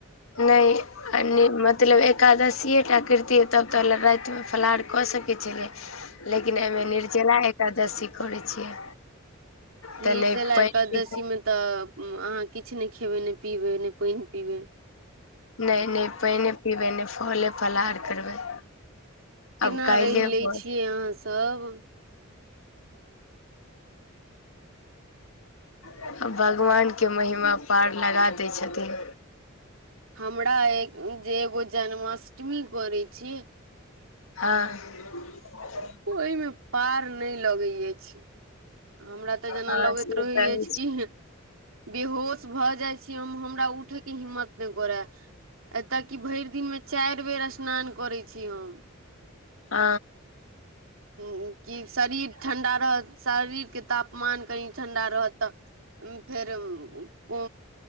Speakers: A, on the left; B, on the right.
A: नहि आइ नै मतलब एकादशीए टा करतियै तब तऽ राति मे फलहार कऽ सकैत छलियै
B: <inaudible>
A: लेकिन एहिमे निर्जला एकादशी करै छियै तऽ
B: निर्जला
A: नहि पानि
B: एकदशी
A: पी
B: मे तऽ अहाँ किछु ने खेबै ने पीबे ने पानि पीबे
A: नहि नहि पानिए पीबै नहि फले फलहार करबै
B: केना
A: आब काल्हिए
B: रहि लैत
A: भोर
B: छियै अहाँसभ
A: कहि भगवानकेँ महिमा पार लगा दै छथिन
B: हमरा ए जे एगो जन्माष्टमी करै छी
A: हँ
B: ओहिमे पार नहि लगैत अछि हमरा तऽ जेना
A: हँ
B: लगैत
A: से
B: रहैत
A: तऽ
B: अछि की बेहोश भऽ जाइ छी हम हमरा उठैक हिम्मत नहि करै एतय कि भरि दिनमे चारि बेर स्नान करैत छी हम
A: आ
B: कि शरीर ठण्ढा रहत शरीरकेँ तापमान कनि ठण्ढा रहत तऽ फेर ऊ